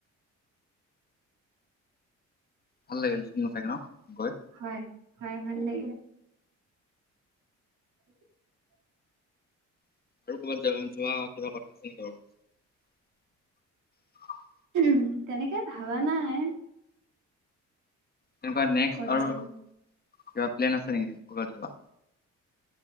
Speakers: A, on the left (about 30°); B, on the right (about 80°).
A: ভাল লাগিল চিনেমা চাইকে ন। গৈ?
B: হয়- হয় ভাল লাগিলে। <inaudible>
A: <unintelligible>
B: <unintelligible> তেনেকে ভাবা নায়।
A: তেনেকুৱা নেক্সট
B: ক'ত
A: আৰু
B: যাম
A: কিবা প্লেন আছে নেকি কবাত যোৱা?